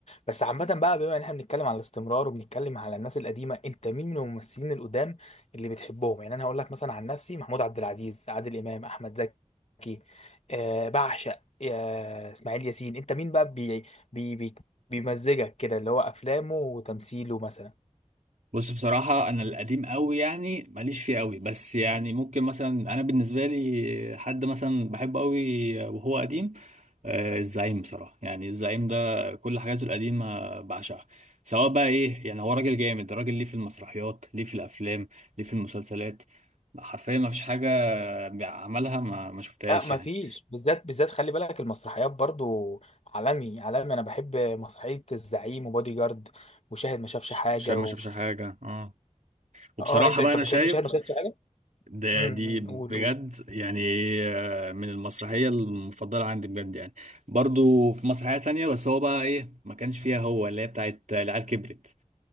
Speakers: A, on the left; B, on the right.
A: بس عامه بقى بما ان احنا بنتكلم على الاستمرار وبنتكلم على الناس القديمه انت مين من الممثلين القدام اللي بتحبهم يعني انا هقول لك مثلا عن نفسي محمود عبد العزيز عادل امام احمد زكي آه بعشق آه اسماعيل ياسين انت مين بقى بي بيمزجك كده اللي هو افلامه وتمثيله مثلا
B: بص بصراحة أنا القديم قوي يعني ماليش فيه قوي بس يعني ممكن مثلا أنا بالنسبة لي حد مثلا بحبه قوي وهو قديم آه، الزعيم بصراحة يعني الزعيم ده كل حاجاته القديمة بعشقها سواء بقى إيه يعني هو راجل جامد راجل ليه في المسرحيات ليه في الأفلام ليه في المسلسلات حرفيا ما فيش حاجة عملها ما, ما شفتهاش
A: لا مفيش
B: يعني
A: بالذات بالذات خلي بالك المسرحيات برضو عالمي عالمي انا بحب مسرحية الزعيم وبودي جارد وشاهد ما شافش
B: ش-
A: حاجة
B: شايف ما
A: و...
B: شافش حاجة اه وبصراحة
A: اه انت انت
B: بقى أنا
A: بتحب
B: شايف
A: شاهد ما شافش حاجة
B: ده
A: امم
B: دي
A: أمم،
B: بجد
A: قول قول
B: يعني آه، من المسرحية المفضلة عندي بجد يعني برضو في مسرحية تانية بس هو بقى ايه ما كانش فيها هو اللي هي بتاعت العيال كبرت